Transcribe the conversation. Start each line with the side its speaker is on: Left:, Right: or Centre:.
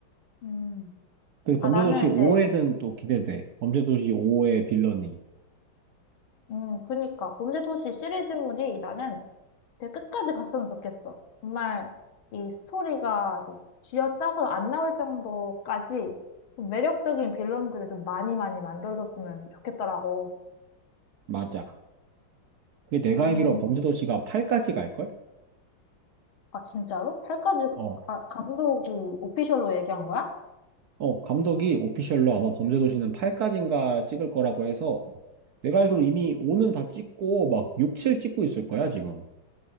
Left: 음.
Right: 그래서
Left: 아,
Right: 범죄도시
Left: 나는
Right: 5회는
Left: 이제,
Right: 또 기대돼. 범죄도시 5의 빌런이.
Left: 음, 그니까. 범죄도시 시리즈물이 나는 되게 끝까지 갔으면 좋겠어. 정말 이 스토리가 이제 쥐어짜서 안 나올 정도까지 좀 매력적인 빌런들을 좀 많이 많이 만들어줬으면 좋겠더라고.
Right: 맞아. 그게 내가
Left: 음,
Right: 알기로 범죄도시가 8까지 갈걸?
Left: 아, 진짜로? 팔까지
Right: 어.
Left: 아, 감독이 오피셜로 얘기한 거야?
Right: 어, 감독이 오피셜로 아마 범죄도시는 8까지인가 찍을 거라고 해서 내가 알기로 이미 5는 다 찍고 막 6, 7 찍고 있을 거야, 지금.